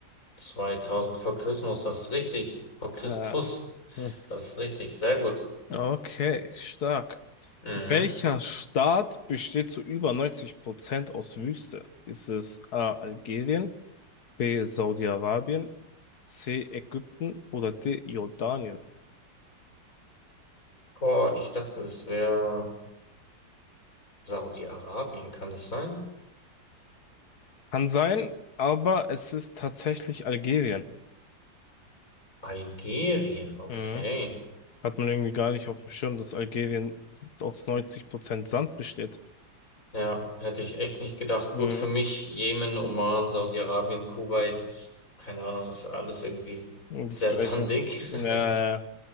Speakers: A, on the left; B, on the left.
A: 2000 vor Christus, das ist richtig. Vor Christus,
B: Ja. Hm.
A: das ist richtig. Sehr gut.
B: Okay, stark.
A: Mhm.
B: Welcher Staat besteht zu über 90 Prozent aus Wüste? Ist es A. Algerien, B. Saudi-Arabien, C. Ägypten oder D. Jordanien?
A: Boah, ich dachte, das wäre Saudi-Arabien, kann das sein?
B: Kann sein, aber es ist tatsächlich Algerien.
A: Algerien, okay.
B: Mhm. Hat man irgendwie gar nicht auf dem Schirm, dass Algerien aus 90 Prozent Sand besteht.
A: Ja, hätte ich echt nicht gedacht.
B: Mhm.
A: Gut, für mich Jemen, Oman, Saudi-Arabien, Kuwait, keine Ahnung, ist alles irgendwie
B: Und
A: sehr
B: das Gleiche.
A: sandig.
B: Ja, ja,
A: <laughs>